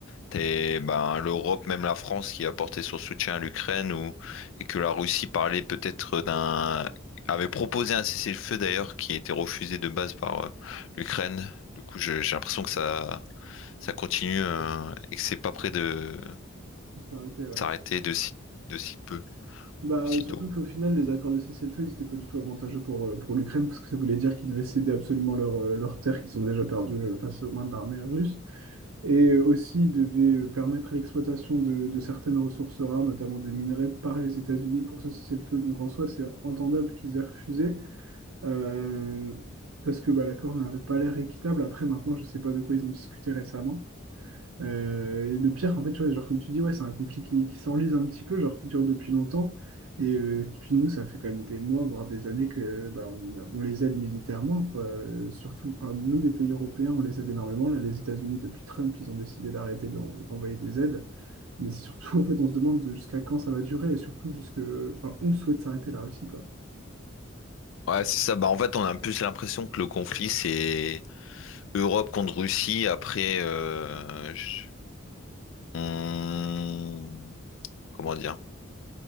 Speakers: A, on the left; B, on the right.
A: t'es, ben, l'Europe, même la France, qui a apporté son soutien à l'Ukraine, ou, et que la Russie parlait peut-être d'un, avait proposé un cessez-le-feu d'ailleurs, qui a été refusé de base par euh, l'Ukraine. Du coup, je- j'ai l'impression que ça, ça continue euh, et que c'est pas près de
B: C'est arrêté, ouais.
A: s'arrêter de si, de si peu,
B: Bah,
A: si
B: surtout
A: tôt.
B: qu'au final, les accords de cessez-le-feu, ils n'étaient pas du tout avantageux pour, euh, pour l'Ukraine, parce que ça voulait dire qu'ils devaient céder absolument leurs euh, leurs terres qu'ils ont déjà perdues euh, face aux mains de l'armée russe. et aussi devait euh, permettre l'exploitation de, de certaines ressources rares, notamment des minerais, par les États-Unis pour ça cesser le feu. Donc en soi, c'est entendable qu'ils aient refusé, euh, parce que bah, l'accord n'avait pas l'air équitable. Après, maintenant, je ne sais pas de quoi ils ont discuté récemment, euh, et le pire, en fait, tu vois, genre, comme tu dis, ouais, c'est un conflit qui, qui s'enlise un petit peu, genre qui dure depuis longtemps. Et euh, depuis nous, ça fait quand même des mois, voire des années que bah, on, on les aide militairement, quoi. Euh, surtout, enfin, nous, les pays européens, on les aide énormément. Là, les États-Unis, depuis Trump, ils ont décidé d'arrêter d'en- d'envoyer des aides. Mais c'est surtout, <laughs> en fait, on se demande jusqu'à quand ça va durer et surtout jusque, enfin, on souhaite s'arrêter la Russie, quoi.
A: Ouais, c'est ça. Bah, en fait, on a plus l'impression que le conflit, c'est Europe contre Russie. Après, euh, je- on- comment dire?